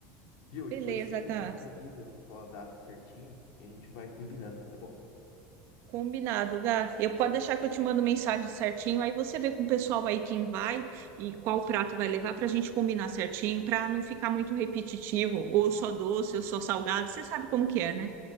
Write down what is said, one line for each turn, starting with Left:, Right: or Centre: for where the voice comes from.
Left: Viu?
Right: Beleza,
Left: Depois você me,
Right: Gá.
Left: me avisa qual a data certinho e a gente vai combinando, tá bom?
Right: Combinado, Gá. Eu posso deixar que eu te mando mensagem certinho, aí você vê com o pessoal aí quem vai e qual prato vai levar para a gente combinar certinho, para não ficar muito repetitivo, ou só doce, ou só salgado. Você sabe como que é, né?